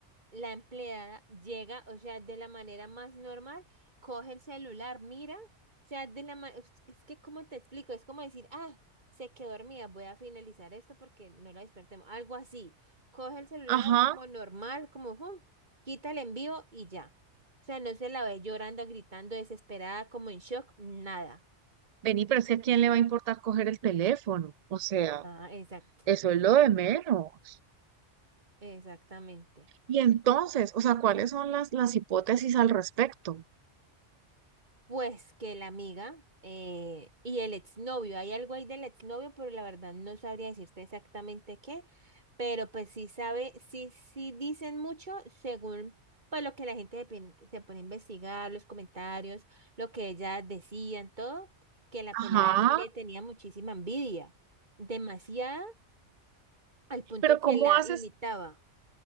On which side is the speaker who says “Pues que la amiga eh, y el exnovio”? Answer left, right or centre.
Right